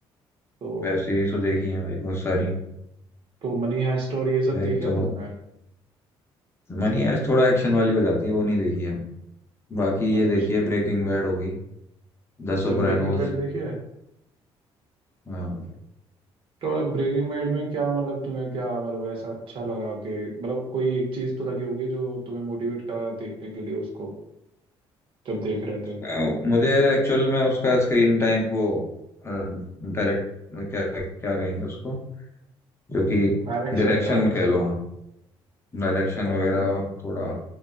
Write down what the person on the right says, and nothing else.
तो
तो मनी हाइस्ट और ये सब देखी
है तुमने
अच्छा
अच्छा
ब्रेकिंग बैड देखी है
तो मतलब ब्रेकिंग बैड में क्या मतलब तुम्हें क्या मतलब ऐसा अच्छा लगा कि मतलब कोई एक चीज तो लगी होगी जो तुम्हें मोटिवेट करा देखने के लिए उसको जब देख रहे
थे
Direction
direction
अच्छा